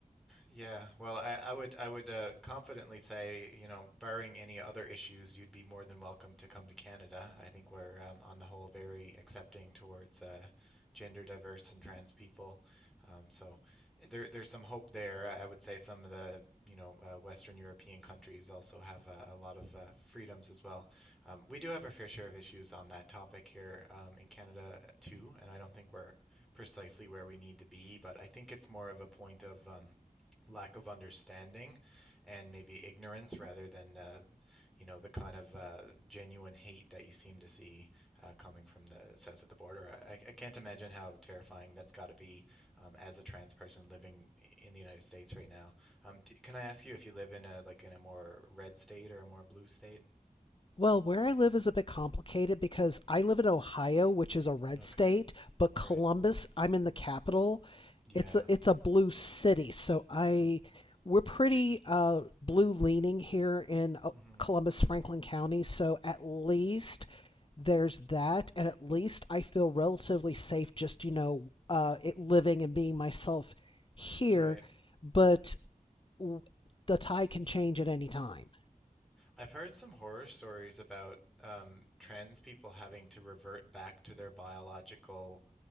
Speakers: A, in the centre; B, on the left.
A: Yeah, well, I, I would I would uh, confidently say, you know, barring any other issues, you'd be more than welcome to come to Canada. I think we're um, on the whole very accepting towards uh, gender diverse and trans people. Um, so eh, there there's some hope there. I I would say some of the, you know, uh, Western European countries also have a, a lot of uh, freedoms as well. Um, we do have our fair share of issues on that topic here um, in Canada too, and I don't think we're precisely where we need to be, but I think it's more of a point of um, lack of understanding and maybe ignorance rather than uh, you know the kind of uh, genuine hate that you seem to see uh, coming from the south of the border. I, I can't imagine how terrifying that's got to be um, as a trans person living in the United States right now. Um, d can I ask you if you live in a like in a more red state or a more blue state?
B: Well, where I live is a bit complicated because I live in Ohio, which is a red
A: Okay,
B: state, but Columbus,
A: right.
B: I'm in the capital.
A: Yeah.
B: It's a it's a blue city, so I we're pretty uh, blue leaning here in uh,
A: hmm
B: Columbus, Franklin County. So at least there's that, and at least I feel relatively safe just, you know, uh, it living and being myself here.
A: Right.
B: But w- the tide can change at any time.
A: I've heard some horror stories about um, trans people having to revert back to their biological